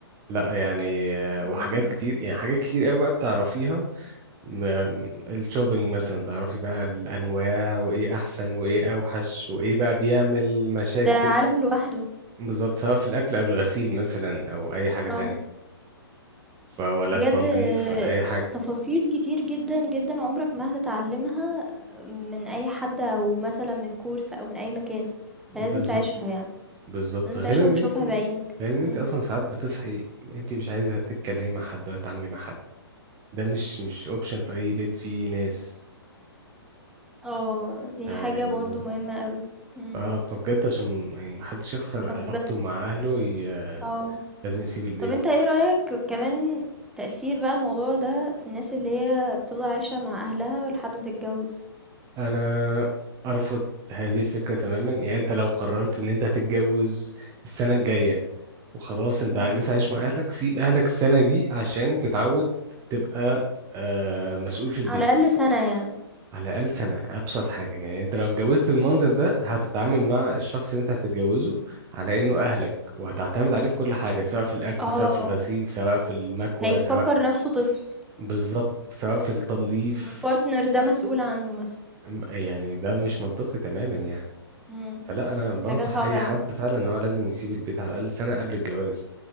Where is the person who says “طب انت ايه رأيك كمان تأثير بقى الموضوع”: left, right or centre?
Centre